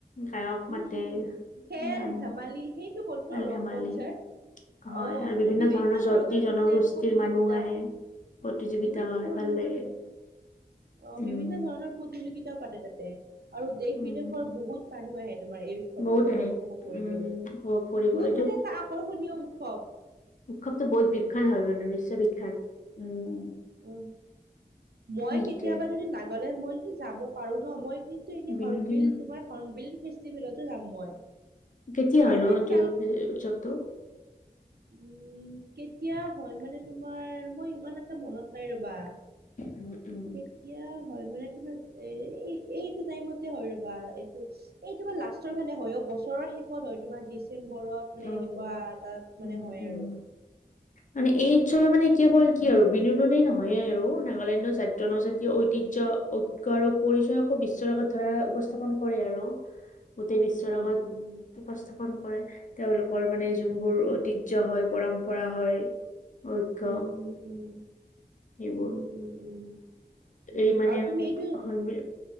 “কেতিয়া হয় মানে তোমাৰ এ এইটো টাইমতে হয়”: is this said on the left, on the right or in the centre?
Right